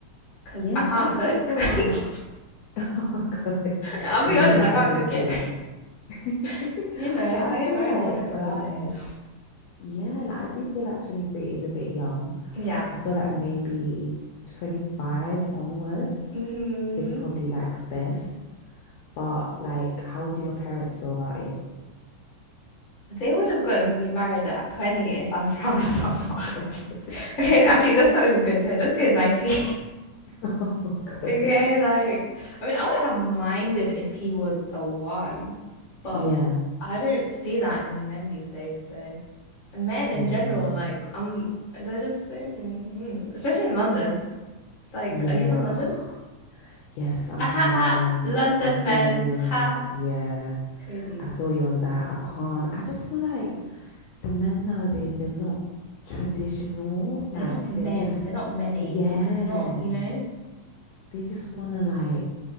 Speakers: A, on the left (about 30°); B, on the left (about 75°).
A: because
B: Yeah,
A: I can't
B: I still
A: cook.
B: feel
A: <laughs>
B: like <laughs> Oh gosh.
A: I'll be
B: I mean,
A: honest,
B: that
A: I can't
B: is important.
A: cook yet.
B: <laughs>
A: <laughs> you know,
B: But
A: if
B: I
A: I
B: feel
A: get married,
B: like
A: I want to provide.
B: um yeah, like I do feel like 23 is a bit young.
A: Yeah.
B: I feel like maybe 25 onwards
A: hmm
B: is probably like best. But like how do your parents feel about it?
A: They would have gotten me married at 20 if I found
B: <laughs>
A: someone. <laughs> okay, actually, let's not even go 20. Let's go 19.
B: Oh gosh.
A: Okay, like, I mean, I wouldn't have minded if he was the one, but
B: Yeah.
A: I don't see that in men these days, so. And men in
B: Yeah,
A: general,
B: no.
A: like, um, they're just so. mhm. Especially in London. Like,
B: Yeah.
A: are you from London?
B: Oh, yes, I'm
A: Ah,
B: from
A: ha
B: London.
A: ha! London
B: I feel
A: men!
B: you on
A: Ha!
B: that. Yeah.
A: Crazy.
B: I feel you on that. I can't. I just feel like the men nowadays, they're not traditional. Like
A: They're not men.
B: they just,
A: They're not menning.
B: yeah,
A: They're not, you know,
B: they just want to like,